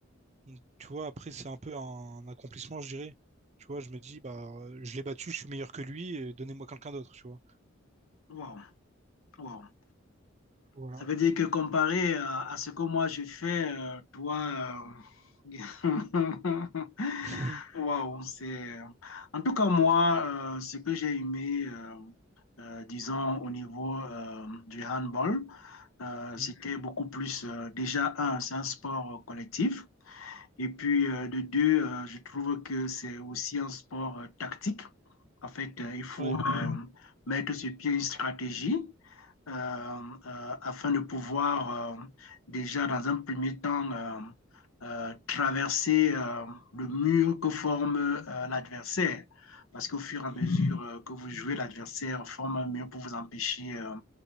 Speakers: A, on the right; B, on the left.
A: Donc, tu vois, après, c'est un peu un accomplissement, je dirais. Tu vois, je me dis, bah, euh, je l'ai battu, je suis meilleur que lui, et donnez-moi quelqu'un d'autre, tu vois.
B: Wow. Wow.
A: Voilà.
B: Ça veut dire que comparé à, à ce que moi je fais, euh, toi, euh, <laughs>
A: <laughs>
B: waouh, c'est. En tout cas, moi, euh, ce que j'ai aimé, euh, euh, disons, au niveau euh, du handball, euh,
A: Mm.
B: c'était beaucoup plus. euh, déjà, un, c'est un sport collectif. Et puis, euh, de deux, euh, je trouve que c'est aussi un sport euh, tactique. En fait, euh, il faut
A: Ouais.
B: euh, mettre sur pied une stratégie euh, euh, afin de pouvoir euh, déjà dans un premier temps euh, euh, traverser euh, le mur que forme euh, l'adversaire parce qu'au fur et à
A: Mm.
B: mesure euh, que vous jouez, l'adversaire forme un mur pour vous empêcher euh,